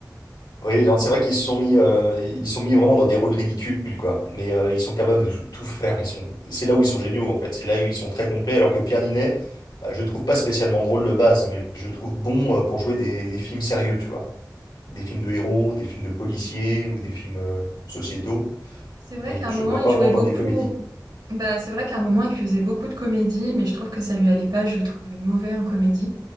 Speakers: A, on the left (about 80°); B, on the right (about 75°).
A: Oui, non, c'est vrai qu'ils se sont mis, euh, ils sont mis vraiment dans des rôles ridicules, quoi. Mais euh, ils sont capables de tout faire. Ils sont, c'est là où ils sont géniaux, en fait. C'est là où ils sont très complets. Alors que Pierre Ninet, bah, je le trouve pas spécialement drôle de base, mais je le trouve bon euh, pour jouer des, des films sérieux, tu vois. des films de héros, des films de policiers ou des films euh, sociétaux,
B: C'est vrai
A: mais
B: qu'à un
A: je
B: moment,
A: le vois
B: il
A: pas
B: jouait
A: vraiment dans
B: beaucoup.
A: des comédies.
B: Bah, c'est vrai qu'à un moment, il faisait beaucoup de comédie, mais je trouve que ça lui allait pas. Je le trouvais mauvais en comédie.